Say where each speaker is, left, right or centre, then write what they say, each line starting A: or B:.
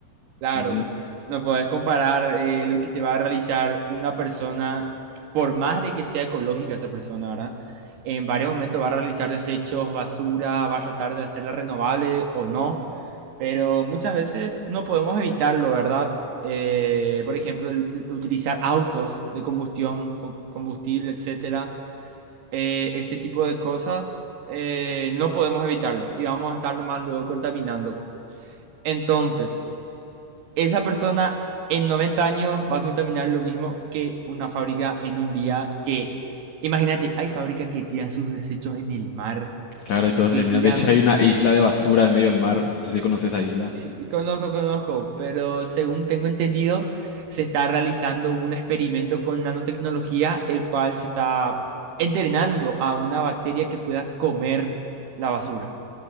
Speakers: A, on the right; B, on the left.
A: claro.
B: Ujú.
A: No podés comparar eh, lo que te va a realizar una persona, por más de que sea ecológica esa persona, ¿verdad? En varios momentos va a realizar desechos, basura, va a tratar de hacerla renovable o no pero muchas veces no podemos evitarlo, ¿verdad? Eh, por ejemplo, el ut- utilizar autos de combustión, co- combustible, etcétera, Eh, ese tipo de cosas, eh, no podemos evitarlo y vamos a estarlo más luego contaminando. Entonces, esa persona en 90 años va a contaminar lo mismo que una fábrica en un día que, imagínate, hay fábricas que tiran sus desechos en el mar,
B: Claro, y todo
A: que
B: se termina.
A: tiran
B: De hecho, hay una isla de basura en medio del mar. No sé si conoces esa isla.
A: Sí, conozco, conozco, pero según tengo entendido, se está realizando un experimento con nanotecnología, el cual se está entrenando a una bacteria que pueda comer la basura.